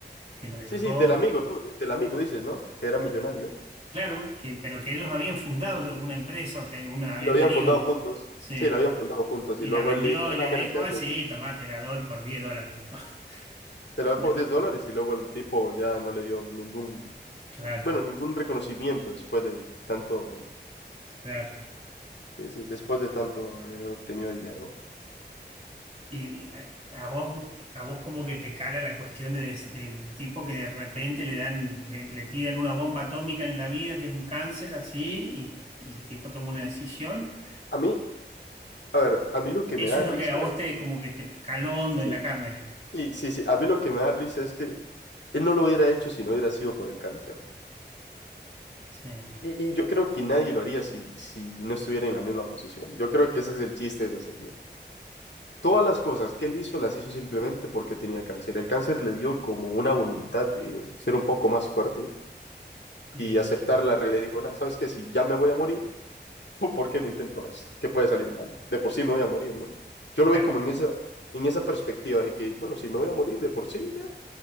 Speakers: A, on the right; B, on the left.
A: que lo dejó,
B: Sí, sí, del amigo, ¿no? De- del amigo dices, ¿no? Que era millonario.
A: claro, que, pero que ellos habían fundado una empresa o te- una, habían
B: Y lo habían
A: tenido
B: fundado
A: una,
B: juntos.
A: sí,
B: Sí, lo habían fundado juntos.
A: y
B: Y luego
A: la vendió
B: él le dijo,
A: y
B: ah,
A: le
B: no, mira,
A: dijo,
B: ya
A: ah, sí, tomá, te la doy por 10 dólares. <laughs>
B: Te la da
A: No,
B: por 10 dólares y luego el tipo ya no le dio ningún,
A: Claro,
B: bueno, ningún reconocimiento después de tanto,
A: claro.
B: sí, sí, después de tanto haber obtenido dinero.
A: Y a, a vos, a vos como que te cala la cuestión de des- del tipo que de repente le dan, le, le tiran una bomba atómica en la vida, que es un cáncer así, y, y el tipo toma una decisión.
B: A mí, a ver, a mí lo que
A: Eso
B: me da
A: es
B: risa
A: lo que a vos
B: es,
A: te como que te caló hondo
B: Sí,
A: en la carne.
B: sí, sí, sí, a mí lo que me da risa es que él no lo hubiera hecho si no hubiera sido por el cáncer.
A: Sí.
B: Y, y yo creo que nadie lo haría si, si no estuviera en la misma posición. Yo creo que ese es el chiste de esa serie. Todas las cosas que él hizo las hizo simplemente porque tenía cáncer. El cáncer le dio como una voluntad de ser un poco más fuerte
A: Y
B: y aceptar la realidad. Dijo, nada, sabes que si ya me voy a morir, <laughs> ¿por qué no intento esto? ¿Qué puede salir mal? De por sí me voy a morir, ¿no? Yo
A: claro,
B: lo vi como en esa, en esa perspectiva de que, bueno, si me voy a morir de por sí, ya,